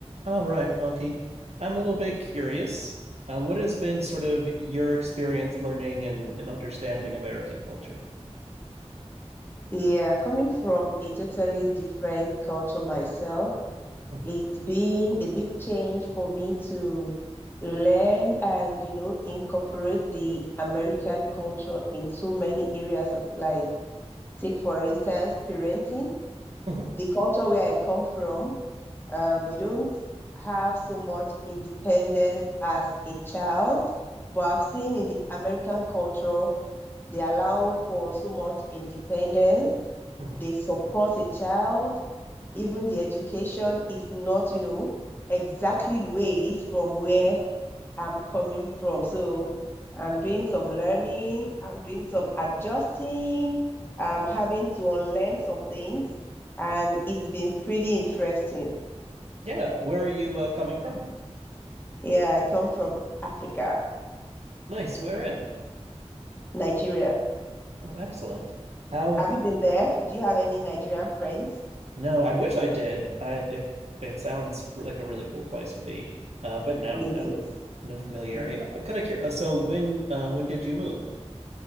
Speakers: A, on the right; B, on the left.
A: All right, Funky. I'm a little bit curious. Um, what has been sort of your experience learning and, and understanding American culture?
B: Yeah, coming from a totally different culture myself,
A: Mhm,
B: it's been a big change for me to learn and, you know, incorporate the American culture in so many areas of life. Take, for instance, parenting.
A: mhm,
B: The culture where I come from, um, you don't have so much independence as a child, but I've seen in the American culture, they allow for so much independence
A: mhm.
B: they support a child, even the education is not, you know, exactly the way it is from where I'm coming from. So I'm doing some learning, I'm doing some adjusting, I'm having to unlearn some things, and it's been pretty interesting.
A: Yeah, where are you uh, coming from?
B: Yeah, I come from Africa,
A: Nice, where in?
B: Nigeria.
A: Oh, excellent. How?
B: Have you been there? Do you have any Nigerian friends?
A: No, I wish I did. I if it sounds like a really cool place to be. Uh, but no,
B: It
A: no, no familiarity.
B: is.
A: I'm kind of curious. Uh, so when uh, when did you move?